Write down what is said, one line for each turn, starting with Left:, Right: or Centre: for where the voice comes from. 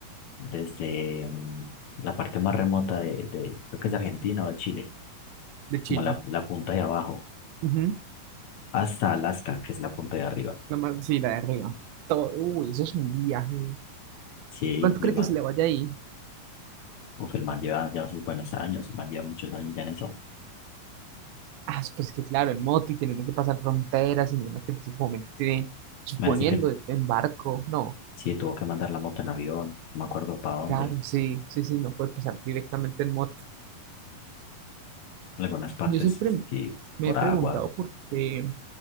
Left: desde mm, la parte más remota de, de- creo que es de Argentina o de Chile,
Right: de Chile.
Left: como la, la punta de abajo,
Right: Ujú,
Left: hasta Alaska, que es la punta de arriba.
Right: la más, sí, la de arriba. Todo, uy, eso es un viaje.
Left: Sí,
Right: ¿Cuánto
Left: mi
Right: cree
Left: hermano,
Right: que se le vaya ahí?
Left: uf, el man lleva ya sus buenos años, el man lleva muchos años ya en eso.
Right: Ah, pues que claro, en moto y teniendo que pasar fronteras y viendo que en ese momento tiene, suponiendo,
Left: Me Parece que
Right: en barco. No,
Left: sí tuvo que mandar la moto en avión, no me acuerdo para dónde,
Right: claro, sí, sí, sí, no puede pasar directamente en moto.
Left: en algunas partes
Right: Yo siempre
Left: sí,
Right: me
Left: por
Right: he preguntado
Left: agua,
Right: por qué.